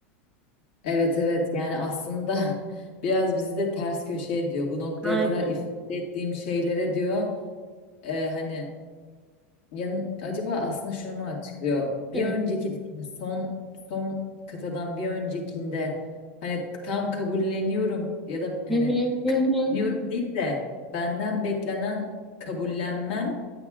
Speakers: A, on the left; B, in the centre.
A: Evet evet yani aslında <laughs> biraz bizi de ters köşe ediyor. Bu noktaya
B: Ay.
A: kadar ifade ettiğim şeylere diyor e, hani Yani acaba aslında şunu mu açıklıyor? Bir
B: Hı
A: önceki son son kıtadan bir öncekinde hani tam kabulleniyorum ya da hani
B: hı hı.
A: kabulleniyorum
B: hı.
A: değil de benden beklenen kabullenmem